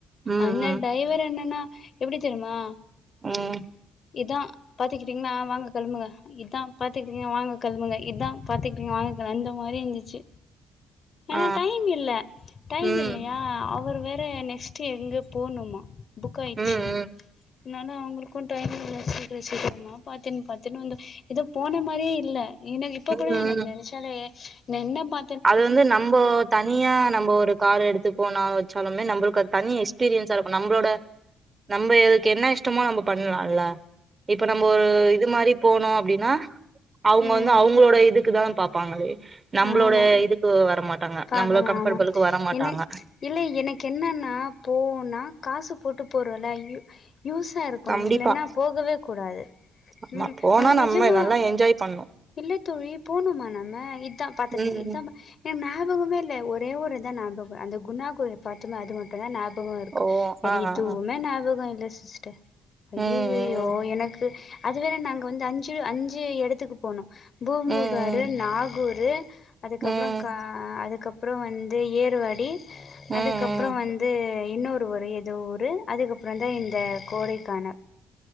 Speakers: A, on the right; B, on the left.
A: ம்
B: அண்ண
A: ம்
B: டைவர் அண்ணனா எப்டி தெர்மா
A: உம்
B: இதா பாத்துக்கிட்டீங்கன்னா வாங்க கெழமுங்க இதா பாத்துக்கிட்டீங்க வாங்க கெழமுங்க இதா பாத்துக்கிட்டீங்க வாங்க ங்கள் அந்த மாரி இந்துச்சு
A: ஆ
B: ஏனா டைம் இல்ல டைம்
A: ம்
B: இல்லையா அவர் வேற நெக்ஸ்ட் எங்க போணும்மா புக் ஆய்ட்ச்சு
A: ம் ம்
B: இன்னாலு அவ்ங்களுக்கு டைம் <inaudible> சிக்கன்மா பாத்துன்னு பாத்துன்னு வந்தோ எதோ போன மாரியே இல்ல எனக்கு இப்ப
A: ம்
B: கூட
A: ம்
B: எனக்கு நென்ச்சாலே நா என்ன பா
A: அது வந்து நம்மோ தனியா நம்ம ஒரு கார் எடுத்து போனா வச்சாலுமே நம்மளுக்கு அது தனி எஸ் பீரியன்ஸா இருக்கு நம்மளோட நம்ம எதுக்கு என்ன இஷ்டமோ நம்ம பண்ணலான்ல்ல இப்ப நம்ம ஒரு இது மாரி போனோ அப்டின்னா அவ்ங்க
B: ம்
A: வந்து அவங்களோட இதுக் கு தா பாப்பாங்களே நம்மளோட
B: ஆமா
A: இதுக்கு வர மாட்டாங்க
B: பாக்கமா
A: நம்மள கம்பல்லுக்கு
B: ஆமா
A: வர மாட்டாங்க
B: என்ன இல்ல எனக்கு என்னன்னா போனா காசு போட்டு போறோல்ல யூஸ் லா இருக்கணு
A: கண்டிப்பா
B: இல்லைன்னா போகவே கூடாது
A: ஆமா
B: ம்
A: போனா
B: நா
A: நம்ம
B: நெஜமா
A: நல்லா என்ஜாய் பண்ணு
B: இல்ல தோழி போணுமா நம்ம இதா தோழி
A: ம்
B: இதா மா எ ஞாபகமே இல்ல ஒரே ஒரு இதா ஞாபக அந்த குணா கூட பா தும அது மட்டு தா ஞாபகொ இருக்கு
A: ஓ
B: வேற
A: ஆ
B: எதுவுமே
A: ஆ ஆ
B: ஞாபக இல்ல சிஸ்டர் ஐயயயோ
A: ம்
B: எனக்கு அது வேற நாங்க வந்து அஞ்சு அஞ்சு எடத்துக்கு போனோ பூமுகாரு
A: ம் ம்
B: நாகூரு அதுக்கப்புறோ
A: ம்
B: கா அ அதுக்கப்புறோ வந்து ஏர்வாடி
A: ம் ம் ம்
B: அதுக்கப்புறோ வந்து இன்னொரு ஊரு எதோ ஊரு அதுக்கப்புறோ தா இந்த கோடைக்கான